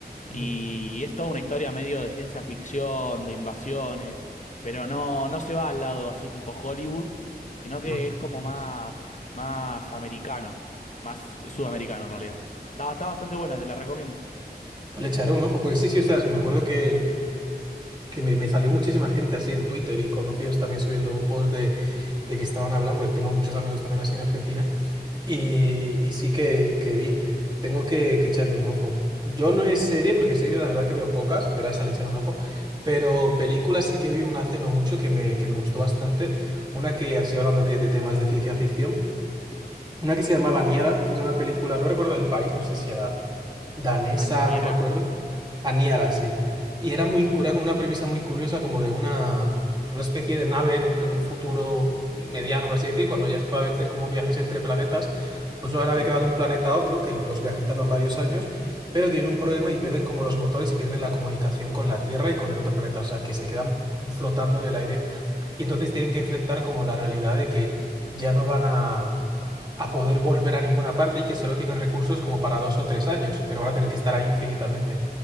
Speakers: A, on the left (about 45°); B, on the right (about 25°).
A: y
B: uh,
A: es toda una historia medio de ciencia ficción, de invasiones, pero no no se va al lado así tipo Hollywood, sino que
B: mm,
A: es como más más americano, más sudamericano en realidad. Está, está bastante buena, te la recomiendo.
B: pues le echaré un ojo. Porque sí, sí, o sea, me acuerdo que, que me, me salió muchísima gente así en Twitter y conocidos también subiendo posts de, de que estaban hablando, pues tengo muchos amigos también así en Argentina. Y, y sí que, que vi, tengo que, que echarle un ojo. Yo no es serie, porque serie la verdad que veo pocas, pero a esa le echaré un ojo. Pero películas sí que vi una hace no mucho que me, que me gustó bastante. Una que, así hablando que de temas de ciencia ficción, una que se llamaba Niara, que es una película, no recuerdo el país, no sé si era danesa,
A: Aniara.
B: no me acuerdo. Aniara, sí. Y era muy cura,
A: Mira,
B: una premisa muy curiosa, como de una, una especie de nave en un, en un futuro mediano, por así decir, cuando ya se puede hacer como viajes entre planetas. Pues una
A: sí,
B: nave que va de un planeta a otro, que los viajes tardan varios años, pero tienen un problema y pierden como los motores y pierden la comunicación con la Tierra y con el otro planeta, o sea, que se quedan flotando en el aire. Y entonces tienen que enfrentar como la realidad de que ya no van a, a poder volver a ninguna parte y que solo tienen recursos como para dos o tres años, pero van a tener que estar ahí infinitamente.